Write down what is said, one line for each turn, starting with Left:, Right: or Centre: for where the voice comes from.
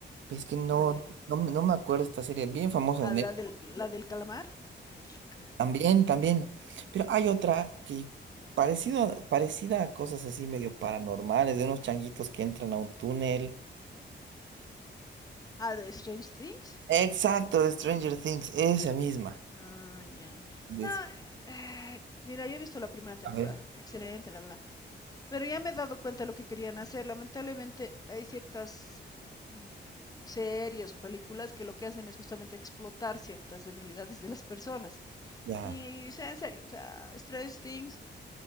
Right: Pues es que no,
Left: Ah, ya.
Right: no, me no me acuerdo esta serie bien famosa
Left: Ah,
Right: de Netflix.
Left: la del, la del calamar. La del calamar.
Right: También, también. Pero hay otra que parecido, parecida a cosas así medio paranormales de unos changuitos que entran a un túnel
Left: Ah, de Strange Things.
Right: Exacto, de Stranger Things, esa misma.
Left: Ah, ya.
Right: Des-
Left: No, eh, mira, yo he visto la primera temporada.
Right: a ver,
Left: Excelente, la, la. la. Pero ya me he dado cuenta de lo que querían hacer. Lamentablemente hay ciertas mm, series o películas que lo que hacen es justamente explotar ciertas debilidades de las personas.
Right: ya,
Left: Y, o sea, en serio, o sea, Stranger Things.